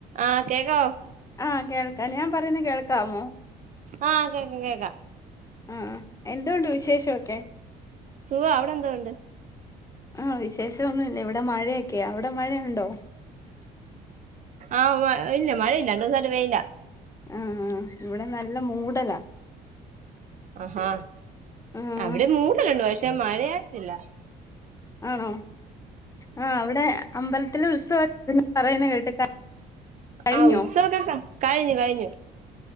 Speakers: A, on the right (about 45°); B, on the left (about 20°).
A: ആഹ് കേക്കോ
B: ആഹ് കേൾക്കാം ഞാൻ പറയുന്നെ കേൾക്കാമോ
A: ആഹ് കേക്കാം കേക്കാം
B: ആഹ് എന്തുണ്ട് വിശേഷൊക്കെ
A: സുഖാ അവിടെ എന്തോണ്ട്
B: ആഹ് വിശേഷൊന്നുല്ല ഇവിടെ മഴയൊക്കെയാ അവിടെ മഴയുണ്ടോ
A: ആഹ് ഇല്ല മഴയില്ല രണ്ടൂസായിട്ട് വെയിലാ
B: ആഹ് ഇവിടെ നല്ല മൂടലാ
A: അഹാ
B: ആഹ്
A: അവിടെ മൂടലുണ്ട് പക്ഷെ മഴയായിട്ടില്ല
B: ആണോ ആഹ് അവിടെ അമ്പലത്തില് ഉത്സവ പറയ്ണെ കേട്ട് കഴിഞ്ഞോ
A: ആഹ് ഉത്സവൊക്കെ കഴിഞ്ഞു.